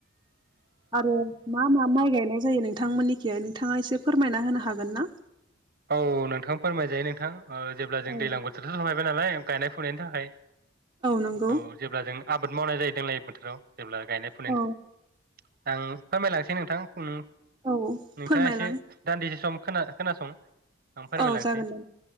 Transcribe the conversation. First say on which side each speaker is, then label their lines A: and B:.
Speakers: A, on the right; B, on the right.
A: आरोे मा मा माय गायनाय जायो नोंथांमोननिखि नोंथाङा एसे फोरमायना होनो हागोन ना?
B: औ नोंथां फोरमायजायो नोंथां ओ जेब्ला
A: औ
B: जों दैलां बोथोरथ' सफायबाय नालाय गायनाय फुनायनि थाखाय
A: नंगौ
B: औ जेब्ला जों आबाद मावनाय जायो दोंलाय बोथोराव। जेब्ला गायनाय फुनाय
A: औ
B: थ आं फोरमायलांसै नोंथां उम
A: औ
B: नोंथाङा
A: फोरमायलां
B: एसे दान्दिसे सम खोना-खोनासं आं फोरमायलांसै
A: औ जागोन दे